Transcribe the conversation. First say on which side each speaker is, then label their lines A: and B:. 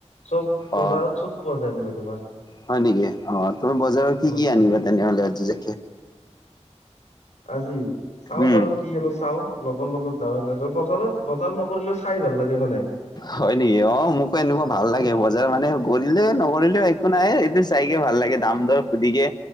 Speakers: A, on the left; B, on the left.
A: চব
B: অ
A: বজাৰত চব পোৱা যায় মানে তোমাৰ,
B: হয়, নেকি অ, ' তুমি বজাৰৰ কি
A: অ
B: কি আনিবা তেনেহলে আজি
A: আজি চাও
B: উম
A: বাৰু কি আনো চাও। লগৰ লগত যাওঁ এনে বজাৰত বজাৰ নকৰিলেও চাই ভাল লাগে। মানে
B: হয়, নেকি অ, ' মোকো এনেকুৱা ভাল লাগে বজাৰ মানে কৰিলেও নকৰিলেও একো নাই এইটো চাইকে ভাল লাগে, দাম দৰ সুধিকে